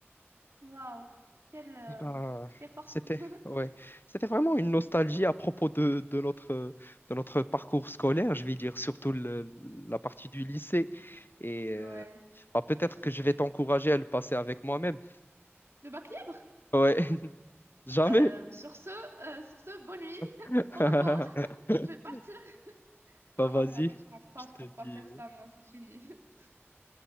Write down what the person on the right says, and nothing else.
Waouh. Quelle, euh,
quelle force.
<laughs>
Ouais,
effectivement.
Le bac libre?
Euh,
sur ce, euh, sur ce, bonne nuit. <laughs>
Au revoir. Je vais partir.
Non,
non, jamais, je compte pas,
je
compte
pas faire ça, moi, c'est fini. <laughs>